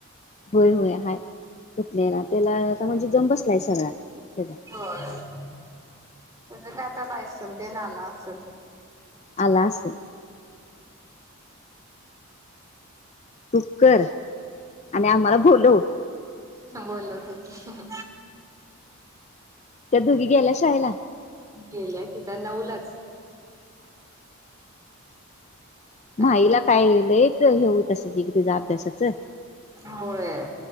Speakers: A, on the left; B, on the right.
A: होय होय हाय घटनेला त्याला म्हणजे जम बसलाय सगळा त्याचा
B: होय म्हणजे काय आता लायसन तेन आलं असलं
A: अलासं तू कर आणि आम्हाला बोलव
B: हा बोलवतो हह
A: त्या दुघी गेल्या शाळेला
B: गेल्या की त्या नऊलाच त्या
A: म्हाईला
B: गेल्या
A: काय लयचं हे होत असंल किग तीच अभ्यासाचं
B: होय